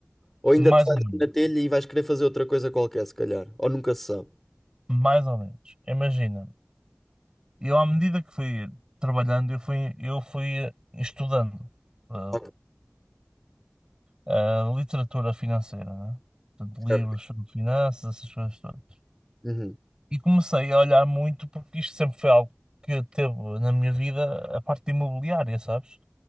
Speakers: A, in the centre; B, on the right.
A: Ou ainda
B: Mais
A: te vais
B: ou menos.
A: na telha e vais querer fazer outra coisa qualquer, se calhar? Ou nunca se sabe?
B: Mais ou menos. Imagina. Eu, à medida que fui trabalhando, eu fui, eu fui eh, estudando. Eh,
A: Ok,
B: ah, literatura financeira, né? Portanto, livros
A: certo.
B: sobre finanças, essas coisas todas.
A: Uhum.
B: E comecei a olhar muito porque isto sempre foi algo que teve na minha vida a parte de imobiliária, sabes?